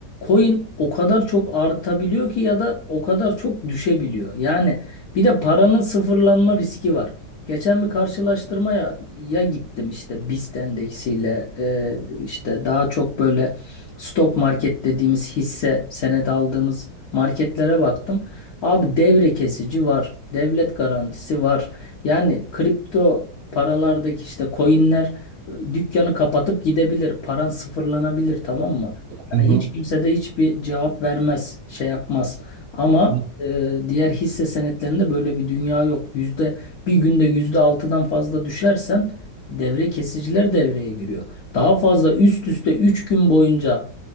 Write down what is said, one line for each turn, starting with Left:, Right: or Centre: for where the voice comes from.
Left: coin o kadar çok artabiliyor ki ya da o kadar çok düşebiliyor. Yani bir de paranın sıfırlanma riski var. Geçen bir karşılaştırmaya ya gittim işte BIST endeksiyle e, işte daha çok böyle Stok market dediğimiz hisse senedi aldığımız marketlere baktım. Abi devre kesici var. Devlet garantisi var. Yani kripto paralardaki işte coinler e, dükkanı kapatıp gidebilir. Paran sıfırlanabilir tamam mı? Yani
Right: Hı hı.
Left: hiç kimse de hiçbir cevap vermez, şey yapmaz. Ama
Right: Hı.
Left: e, diğer hisse senetlerinde böyle bir dünya yok. Yüzde bir günde yüzde altıdan fazla düşersen devre kesiciler devreye giriyor. Daha fazla üst üste 3 gün boyunca